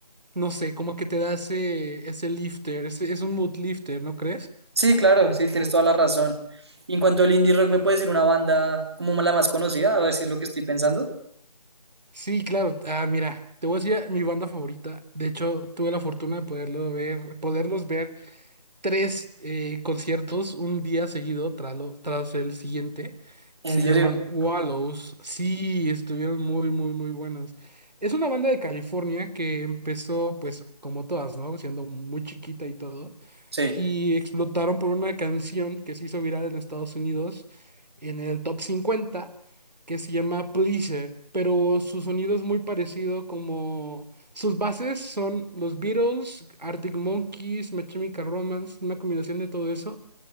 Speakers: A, on the right; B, on the right.
A: no sé, como que te da ese, ese lifter, ese- es un mood lifter, ¿no crees?
B: Sí, claro, sí, tienes toda la razón. Y en cuanto al indie rock, ¿me puedes decir una banda como la más conocida? A ver si es lo que estoy pensando.
A: Sí, claro. Ah, mira, te voy a decir ah, mi banda favorita. De hecho, tuve la fortuna de poderlo ver, poderlos ver tres eh, conciertos un día seguido tras, lo- tras el siguiente.
B: ¿En
A: Se
B: serio?
A: llaman Wallows. Sí, estuvieron muy, muy, muy buenos. Es una banda de California que empezó, pues, como todas, ¿no? Siendo muy chiquita y todo
B: Sí.
A: y explotaron por una canción que se hizo viral en Estados Unidos en el top cincuenta que se llama Pleaser, pero su sonido es muy parecido como sus bases son los Beatles, Arctic Monkeys, My Chemical Romance, una combinación de todo eso